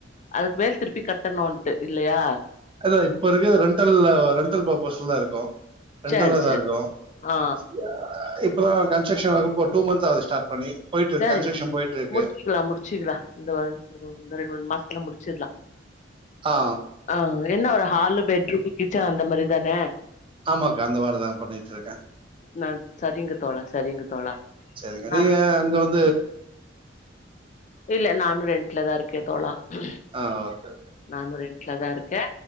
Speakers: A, on the left (about 40°); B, on the right (about 30°).
A: அதுக்கு மேல் திருப்பி கட்டணுன்ட்டு இல்லையா
B: அத இப்ப இருக்க ரெண்டல்ல ரெண்டல் பர்பஸ்ல தா இருக்கோ ரெண்டலதா
A: சரி சரி
B: இருக்கோ
A: ஆ
B: இப் இப்பதா கன்ஸ்ரக்க்ஷன் ஒர்க் டூ மந்த்து ஆது ஸ்டாட் பண்ணி போயிட்டு இருக்கு
A: சரி
B: கன்ஸ்ட்ரக்ஷன் போயிட்டு இருக்கு
A: முடிச்சிக்கலா முடிச்சிக்கலா இந்த வ இந்த ரெண்டு மூணு மாசத்துல முடிச் சிர்லா
B: ஆ
A: ஆ என்ன ஒரு ஹாலு பெட்ரூம் கிச்சன் அந்த மாரிதான
B: ஆமாக்கா அந்த மாரிதா பண்ணிட்டு இருக்கே
A: நா சரிங்க தோழா சரிங்க தோழா
B: சரிங்க
A: நா
B: நீங்க அங்க வந்
A: இல்ல நானு ரெண்ட்லதா இருக்கே தோழா ஆ உம்
B: ஆ ஓகே
A: நானூறு ரென்ட்லதா இருக்கே